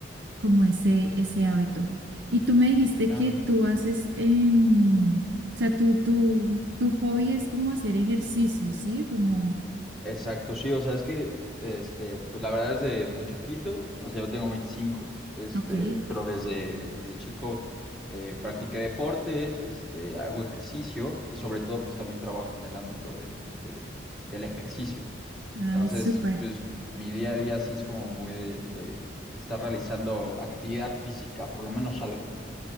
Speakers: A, on the right; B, in the centre.
A: como ese, ese hábito. Y tú me dijiste
B: sí, claro.
A: que tú haces, em, o sea, tu, tu, tu hobby es como hacer ejercicio, ¿sí? Como,
B: Exacto, sí, o sea, es que, este, pues la verdad desde muy chiquito, o sea, yo tengo 25 este,
A: ok,
B: pero desde, desde chico eh, practiqué deporte, este, hago ejercicio y sobre todo pues también trabajo en el ámbito de, de- del ejercicio.
A: ay,
B: Entonces,
A: súper.
B: pues mi día a día sí es como muy de, de estar realizando actividad física, por lo menos algo.